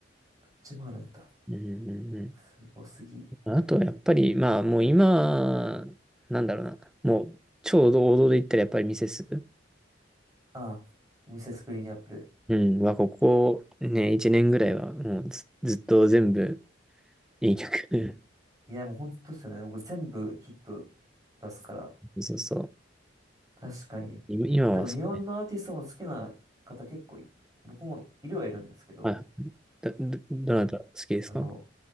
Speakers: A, on the right; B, in the centre.
A: こっちもあるんだ。
B: うんうんう
A: すごすぎ。
B: ん。あとはやっぱり、まあもう今、なんだろうな。もう超王道で言ったらやっぱりミセス。
A: ああ、ミセスグリーンアップル。
B: うん。は、ここね、1年ぐらいはもうず、ずっと全部いい曲。
A: いや、もう本当ですよね。これ全部ヒット出すから。
B: <laughs> そうそう。
A: 確かに。
B: 今今はそうね。
A: でも日本のアーティストも好きな方結構い、僕もいるはいるんですけど、
B: あ、ど、どどなた好きですか
A: あの、